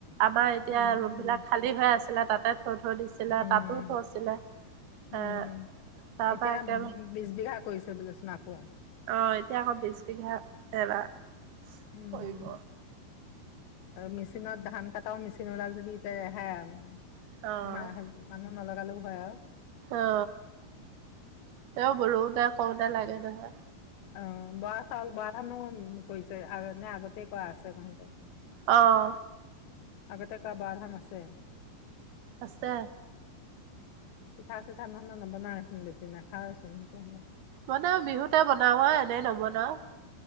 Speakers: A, on the right (about 85°); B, on the left (about 75°).
A: আমাৰ এতিয়া
B: উম,
A: ৰুম বিলাক খালী হৈ আছিলে তাতে। থৈ-থৈ দিছিলে
B: উম,
A: তাতো থৈছিলে। এ
B: উম
A: তাৰ
B: এতিয়া
A: পৰা একে
B: বিচ্ছ বিঘা কৰিছে বোলেচোন আকৌ।
A: অ এতিয়া আকৌ বিছ বিঘা এবাৰ
B: উম,
A: কৰিব
B: মেচিনত ধান কটাও মেচিন ওলাল যদি এতিয়া ৰেহাই আৰু মানে
A: অ',
B: মা হাজ মানুহ নলগালেও হয় আৰু।
A: অ এ বলোতোই কওঁতে লাগে নহয়
B: অ বৰা চাউল বৰা ধানো কৰিছে আ নে। আগতে কৰা আছে তহঁতৰ।
A: আহ।
B: আগতে ক আ বাৰহা নছেে
A: আছে।
B: পিঠা চিঠা নন নবনাইচোন বেছি নাখাওচোন তেতিয়াহ'লে।
A: বনাও বিহুতে বনাও এনেই নবনাও।